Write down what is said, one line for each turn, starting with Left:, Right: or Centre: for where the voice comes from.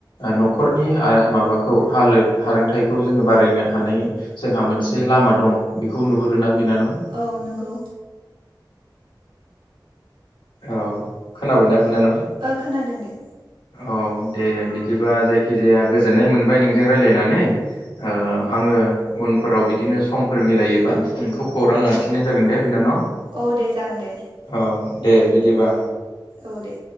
Left: न'खरनि माबाखौ हालोद हारोंथायाइखौ जोङो बारायनो हानाय जोंहा मोनसे लामा दं बेखौ नुहुरोना। बिनानाव
Right: औ नंगौ
Left: औ खोनाबायना बिनानाव
Right: ओ खोनादों दे
Left: औ दे बिदिबा जायखिजाया गोजोननाय मोनबाय नोंजों रायलाययनानै ओ आङो उनफोराव बिदिनो समफोर मिलायोबा नोंखौ खौरां लाखिनाय जागोन दे बिनानाव
Right: औ दे जागोन दे।
Left: औ दे बिदिबा
Right: औ दे